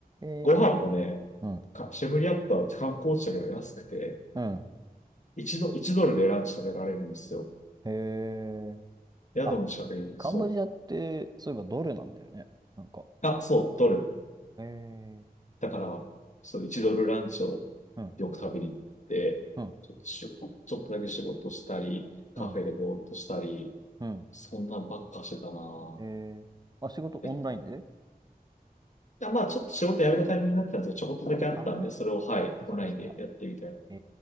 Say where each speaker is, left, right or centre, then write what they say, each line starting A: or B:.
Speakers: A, on the right; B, on the left.
A: えー、
B: ご飯もね、
A: うん、
B: かシェムリアットは観光地だけど安くて、
A: うん。
B: 1ド、1ドルでランチ食べられるんですよ。
A: へえ。
B: 宿の近くに、
A: あ、カンボジアって、
B: そう。
A: そういえばドルなんだよね。なんか。
B: あ、そう、ドル。
A: えー、
B: だから、そう、1ドルランチをよく食べに行って、
A: うん、うん、
B: ちょっと仕事、ちょっとだけ仕事したり、カフェでぼーっとしたり、
A: うん、うん。
B: そんなんばっかしてたな
A: えー、あ、仕事オンラインで
B: ぁ。え、あまあ、ちょっと仕事辞めたタイミングになってたんですけど、ちょこっとだけあったんで、
A: ああー、
B: それを、はい、
A: そっかそっかそっか。
B: オンラインでやってみたいな
A: え